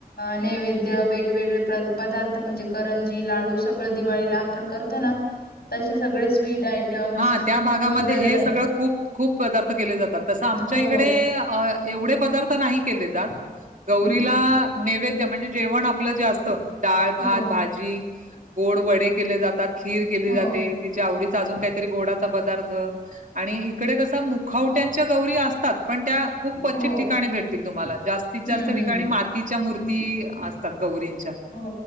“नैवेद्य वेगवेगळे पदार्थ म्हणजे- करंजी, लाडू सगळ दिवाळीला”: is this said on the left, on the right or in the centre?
Left